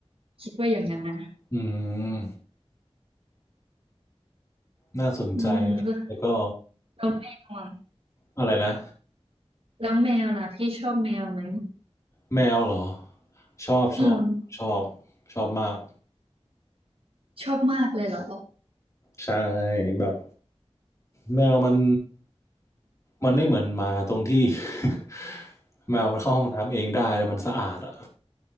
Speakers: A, on the right (about 60°); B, on the left (about 30°).
A: คิดว่าอย่างนั้นนะ
B: อืมน่าสนใจนะแล้วก็
A: อืมแล้วแมวอะ
B: อะไรนะ
A: แล้วแมวล่ะพี่ชอบแมวไหม
B: แมวเหรอชอบชอบชอบ
A: อืม
B: ชอบมาก
A: ชอบมากเลยเหรอ
B: ใช่แบบแมวมันมันไม่เหมือนหมาตรงที่ <laughs> แมวมันเข้าห้องน้ำเองได้แล้วมันสะอาดอ่ะ